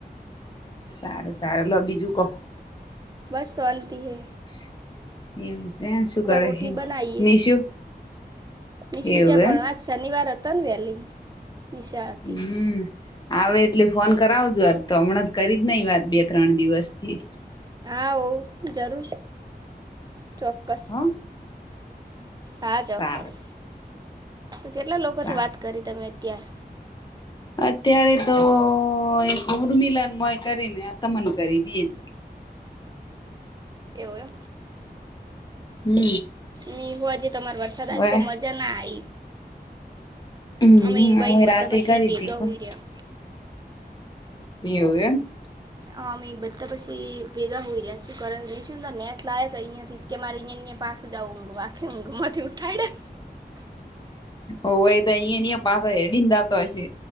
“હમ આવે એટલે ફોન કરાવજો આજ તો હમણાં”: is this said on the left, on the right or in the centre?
Left